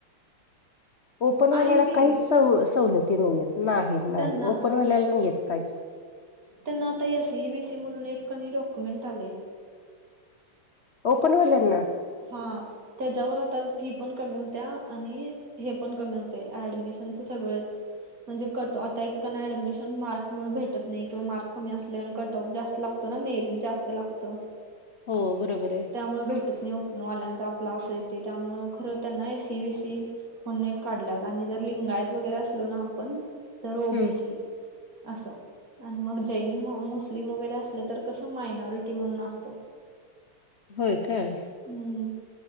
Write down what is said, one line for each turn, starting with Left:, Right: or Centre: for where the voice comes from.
Left: ओपनवाल्याला
Right: आहे की
Left: काहीच सव- सवलती नाहीयेत, नाही- नाही
Right: त्यांना
Left: ओपनवाल्याला नाहीयेत काहीच.
Right: त्यांना आता एसई, वी सी, म्हणून एक डॉक्युमेंट आले
Left: ओपन वाल्यांना?
Right: हा, त्याच्यावर आता फी पण कमी होत्या आणि हे पण कमी होते, ऍडमिशनच सगळंच. म्हणजे कट आता एकेकाना ऍडमिशन मार्क मूळ भेटत नाही किंवा मार्क कमी असले आणि कट ऑफ जास्त ना मेरिट जास्त लागत.
Left: हो बरोबर आहे.
Right: त्यामुळे भेटत नाही ओपनवाल्यांच आपला असं येते. त्यामुळं खरं त्यांना एसी, बीसी म्ह काढलात आणि जर लिंगायत वगैरे असलो ना आपण तर ओबीसी
Left: हम्म
Right: असं आणि मग जैन, मुस्लिम, वगैरे असले तर कसं मायनॉरिटी म्हणून असतं.
Left: हो काय?
Right: हम्म...